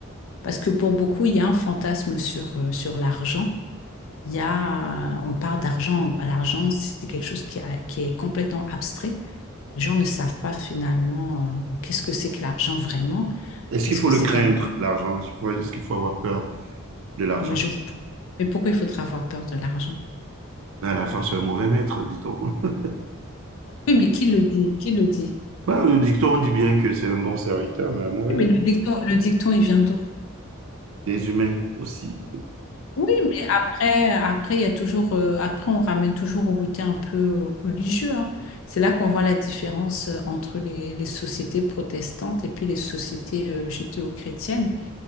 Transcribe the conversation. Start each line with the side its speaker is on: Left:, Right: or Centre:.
Left: Parce que pour beaucoup, il y a un fantasme sur, euh, sur l'argent. Il y a, on parle d'argent. L'argent, c'est quelque chose qui, a- qui est complètement abstrait. Les gens ne savent pas finalement euh, qu'est-ce que c'est que l'argent vraiment,
Right: Est-ce
Left: qu'est-ce
Right: qu'il faut
Left: que
Right: le
Left: c'est
Right: craindre,
Left: qu'avoir.
Right: l'argent? Est-ce qu'il faut est-ce qu'il faut avoir peur de l'argent?
Left: Mais, je- mais pourquoi il faudrait avoir peur de l'argent?
Right: Ben, l'argent, c'est un mauvais maître, dit-on. <laughs>
Left: Oui, mais qui le dit? Qui le dit?
Right: Ben, le dicton on dit bien que c'est un bon serviteur, mais un mauvais
Left: Oui, Mais
Right: maître.
Left: le dicton, le dicton, il vient d'où?
Right: Les humains aussi.
Left: Oui, mais après, après, il y a toujours, euh, après, on ramène toujours au côté un peu religieux, hein. C'est là qu'on voit la différence euh, entre les, les sociétés protestantes et puis les sociétés euh, judéo-chrétiennes.